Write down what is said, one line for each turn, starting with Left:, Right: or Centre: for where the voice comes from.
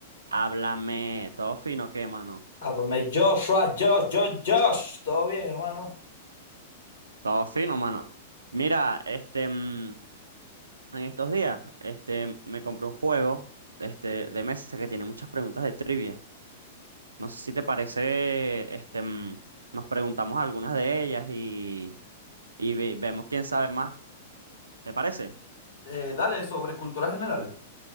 Right: Háblame, todo fino, ¿qué, mano?
Left: Adonai Joshua, Josh, Josh, Josh. Todo bien, hermano.
Right: Todo fino, mano. Mira, este, mm, en estos días, este, me compré un juego, este, de mesa que tiene muchas preguntas de trivia. No sé si te parece, este, mm, nos preguntamos algunas de ellas y, y ve- vemos quién sabe más. ¿Te parece?
Left: Eh, dale, sobre cultura general.